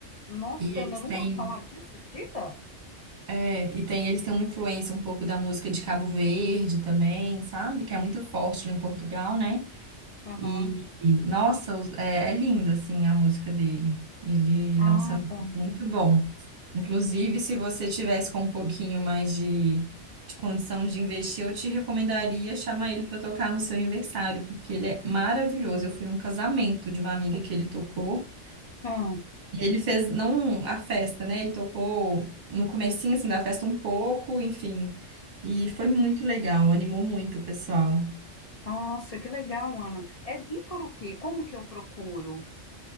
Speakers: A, on the left (about 40°); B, on the right (about 40°).
A: Nossa,
B: E eles
A: Ana, eu
B: têm,
A: nunca ouvi falar disso, acredita?
B: é, e tem, eles têm uma influência um pouco da música de Cabo Verde também, sabe? Que é muito forte lá em Portugal, né?
A: Aham.
B: E, e, nossa, os- é, é linda assim a música dele. Ele, ele
A: Ah,
B: é um samba
A: tá.
B: muito bom. Inclusive, se você tivesse com um pouquinho mais de, de condição de investir, eu te recomendaria chamar ele para tocar no seu aniversário, porque ele é maravilhoso. Eu fui num casamento de uma amiga que ele tocou.
A: Ah,
B: E ele fez não a festa, né? Ele tocou no comecinho assim da festa um pouco, enfim. E foi muito legal, animou muito o pessoal.
A: nossa, que legal, Ana. É Vitor o quê? Como que eu procuro?